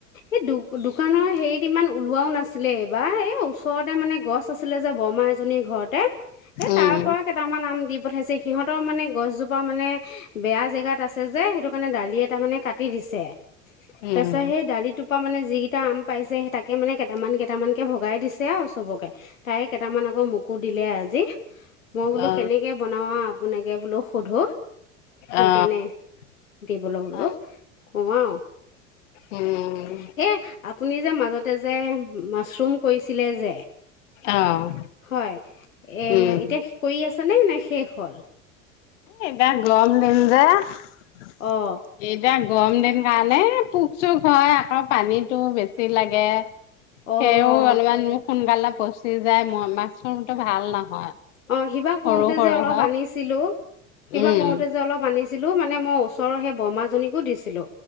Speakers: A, on the left; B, on the left.
A: এই দু দোকানৰ হেৰিত ইমান ওলোৱাও নাছিলে এইবাৰ এই <unintelligible> ওচৰতে মানে গছ আছিলে যে বৰমা এজনীৰ ঘৰতে এ তাৰ
B: উম
A: পৰা কেইটামান আম দিম পঠাইছে সিহঁতৰ মানে গছজোপা মানে বেয়া জেগাত আছে যে, সেইটো কাৰণে দালি এটা মানে কাট কাটি দিছে তাৰ
B: উম
A: পিছত সেই দালিটো পৰা মানে যিকিটা আম পাইছে তাকে মানে কেইটামান কেইটামান কে ভগাই দিছে আৰু চবকে তাই কেইটামান আকৌ মোকো দিলে আজি মই বোলো
B: অ
A: কেনেকে বনোৱা আপোনাকে বোলো সোধো সেইকাৰণে
B: অ
A: সুধিবলৈ বোলো
B: অ
A: নোৱাৰোঁ
B: উম
A: এ আপুনি যে মাজতে যে মাছৰুম কৰিছিলে যে
B: অ',
A: হয় এ
B: উম।
A: এতিয়া কৰি আ নাই নাই শেষ হ'ল
B: এতিয়া গৰম দিন যে <unintelligible>
A: অঁ
B: গৰম দিন কাৰণে পোক চোক হয় আকৌ পানীটো বেছি লাগে
A: অঁ
B: সেও অলপমান মোৰ সোনকালে কৈছোঁ চি যাই মই মাচৰুম টো ভাল নহয়
A: অ সিবা
B: সৰু
A: কৰোতে
B: সৰু
A: যে অলপ
B: হয়
A: আনিছিলো সিবা
B: উম
A: কৰোতে যে অলপ আনিছিল ছিলো মানে মই ওচৰৰ হে বৰমা আনিব দিছিলো,